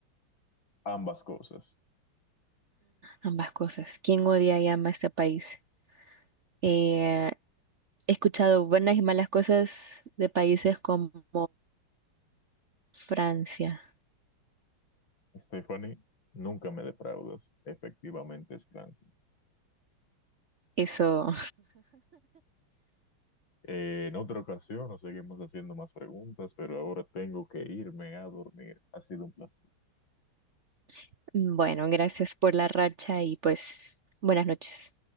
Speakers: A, on the left; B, on the right.
A: Ambas cosas.
B: Ambas cosas. ¿Quién odia y ama este país? Eh, he escuchado buenas y malas cosas de países como Francia.
A: Stephanie, nunca me defraudas. Efectivamente es Clancy.
B: Eso,
A: Eh, en otra ocasión nos seguimos haciendo más preguntas, pero ahora tengo que irme a dormir. Ha sido un placer.
B: <laughs> bueno, gracias por la racha y pues buenas noches.